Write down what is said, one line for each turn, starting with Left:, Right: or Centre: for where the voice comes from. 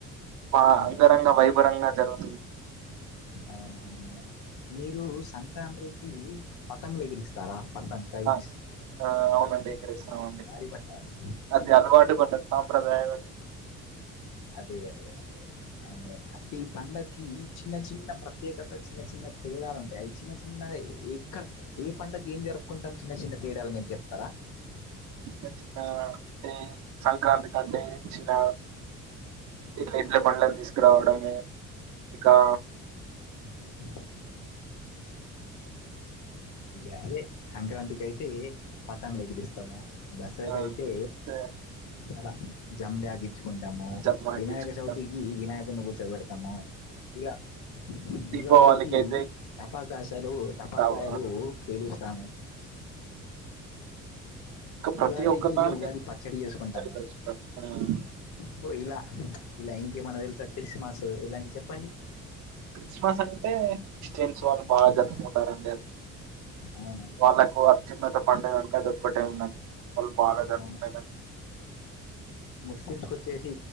Right: బా
Left: అవును
Right: అంగరంగా వైభరంగా జరుగుతుంది
Left: అవునవును మీరు సంక్రాంత్రికి పతంగులు ఎగిరిస్తారా పతంగ్ కైట్స్
Right: ఆ ఆ అవునండి ఎగరేస్తామండి
Left: గాలి పట్టాలు
Right: అది అలవాటు పడ్డ సాంప్రదాయమండి
Left: అదే అదే అదే అండ్ ప్రతి పండకి చిన్న చిన్న ప్రత్యేకత చిన్న చిన్న తేడాలుంటాయ్ అవి చిన్న చిన్నవె ఎక్కడ ఏ పండక్కి ఏం జరుపుకుంటాం చిన్న చిన్న తేడాలు మీరు చెప్తారా
Right: చిన్న చిన్న అంటే సంక్రాంతి కంటే చిన్న ఇట్ల ఎడ్ల పండ్లను తీసుకురావడము ఇంకా
Left: <unintelligible> ఇగ అదే సంక్రాంతికి అయితే పతంగులు ఎగిరిస్తాము దసరా
Right: ఆ,
Left: గైతే
Right: ఆ,
Left: అద జం ఆగి తెచుకుంటాము
Right: జమ్మ
Left: వినాయక
Right: తెచ్చుకుంటాము
Left: చవితికి వినాయకుడిని కూర్చోబెడతాము ఇలా దివాళికి
Right: దీపావళికి అయితే
Left: టపాకాసాలు టపాకాయ
Right: ఇంకా
Left: పేలుస్తాము
Right: ప్రతి
Left: ఉగాదికి
Right: ఒక్క దానికి
Left: ఉగాది పచ్చడి చేసుకుంటాము
Right: తెచ్చుకుంటాం
Left: సో ఇలా ఇలా ఇంకేమన్నా తెలుసా క్రిస్మస్ ఇలాంటివి చెప్పండి
Right: క్రిస్మస్ అంటే క్రిస్టియన్స్ వాళ్ళు బా జర్ కుంటారండి అది
Left: అవును
Right: వాళ్ళకు అత్యున్నత పండుగంటె అదొక్కటే ఉందండి వాళ్ళు బాగా జరుపుకునేదంటే
Left: అవును ఎక్కించుకొచ్చేసి